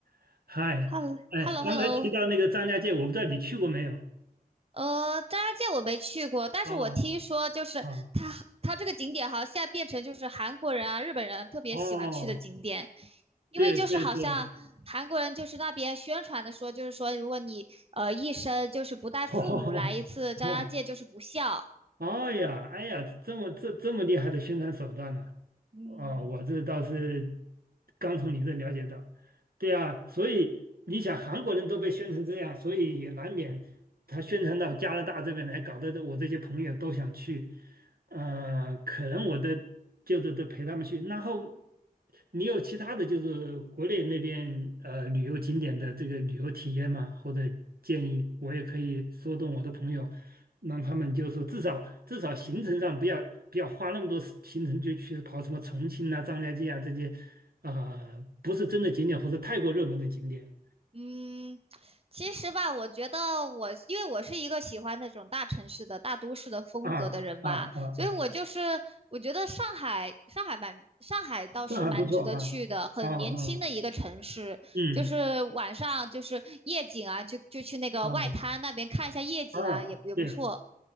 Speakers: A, on the right (about 75°); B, on the right (about 40°).
A: <laughs> 嗨，
B: Hello
A: 哎，
B: Hello
A: 刚才提到那个张家界，
B: Hello，
A: 我不知道你去过没有？
B: 呃，张家界我没去过，但是我听说就是它它这个景点好像现在变成就是韩国人啊、
A: 啊啊，
B: 日本人啊特别喜欢去的景点，
A: 哦，
B: 因为就是好像韩国人就是那边宣传的说，
A: 对对对，
B: 就是说如果你呃一生就是不带父母来一次张家界就是不孝，
A: <laughs> 哦哦，哦，哎呀，哎呀，这么这这么厉害的宣传手段呢、
B: 嗯。
A: 哦，我这倒是刚从你这了解到，对啊，所以你想韩国人都被宣成这样，所以也难免他宣传到加拿大这边来，搞得我这些朋友都想去，呃，可能我的就得得陪他们去。然后你有其他的就是国内那边呃旅游景点的这个旅游体验吗？或者建议，我也可以说动我的朋友，让他们就是说至少至少行程上不要不要花那么多时行程就去跑什么重庆啊、张家界啊这些，啊、不是真的景点或者太过热门的景点
B: 嗯，其实吧，我觉得我，因为我是一个喜欢那种大城市的、大都市的风格的人吧，
A: 啊啊啊啊，
B: 所以我就是我觉得上海，上海蛮，上海倒是蛮值得去的，
A: 上海不错哈啊啊
B: 很年轻的一个城市，
A: 嗯
B: 就是晚上就是夜景啊，就就去那个外滩那边看一下夜景啊，
A: 啊啊，
B: 也不也不错。
A: 对，